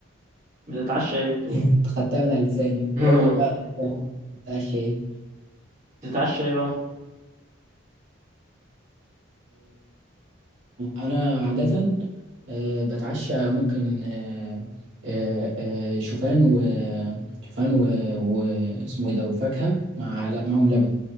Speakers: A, on the right; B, on the right.
A: بتتعشى ايه بتقول
B: أنت خدتها من على لساني
A: <laughs>
B: قول لي بقى أنت الحين بتاع الشاي
A: بتتعشى ايه بقى
B: انا عاده آه، بتعشى ممكن آه، آه، آه، شوفان و شوفان و واسمه ايه ده وفاكهه مع لا معاهم لبن